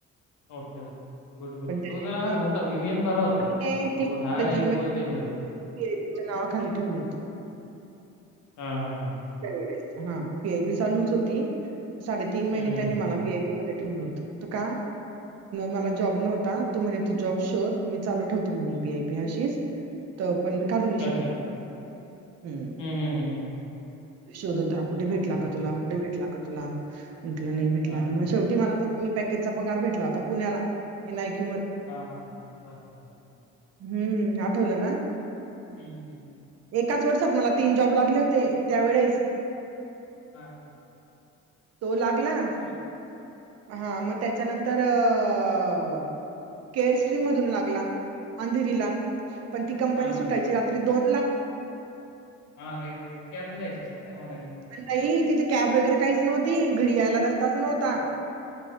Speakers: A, on the left; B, on the right.
A: ओके गुड गुड
B: त्याने
A: तो जरा
B: मग
A: होता विवेन बरा होता
B: तिने
A: हा एकदमच
B: महिने
A: डेंजर होता.
B: पी-आय-बीच्या नावाखाली ठेवलं होतं
A: हा हा हां
B: त्यावेळेस हा पी आय पी चालूच होती साडेतीन महिने
A: हम्म हम्म
B: त्यांनी
A: हम्म.
B: मला पी आय पी मध्ये, ठेवल होत का. मला जॉब नव्हता तो म्हणे तू जॉब शोध मी चालू ठेवतो म्हणे पी आय पी अशीच तो पण मी काढू नाही शकत
A: अच्छा
B: नाही ह
A: हम्म हम्म हम्म हम्म.
B: शोधत रहा कुठे भेटला
A: ओके
B: का
A: ओके
B: तुला कुठे भेटला का तुला म्हटलं नाही भेटलं
A: हा
B: आणि
A: हा
B: मग शेवटी मला तो फुल पॅकेजचा भेटला होता पुण्याला मी नाही घेतला
A: हा हा हा पाठव बरं
B: हुं, हु आठवलं ना
A: ह
B: एकाच वर्षात मला तीन जॉब लागले होते त्यावेळेस
A: हा
B: तो लागला
A: बरोबर
B: हा मग त्याच्यानंतर अअ ‌ केअर ट्री मधून अंधेरीला पण ती कंपनी
A: हा
B: सुटायची
A: हा हा
B: रात्रीची दोन ला
A: हा राईट राईट कॅब नी जायचास ना तेव्हा नाही ते
B: काय बाई तिथे कॅब वगैरे काहीच नव्हती घरी यायला रस्ताच नव्हता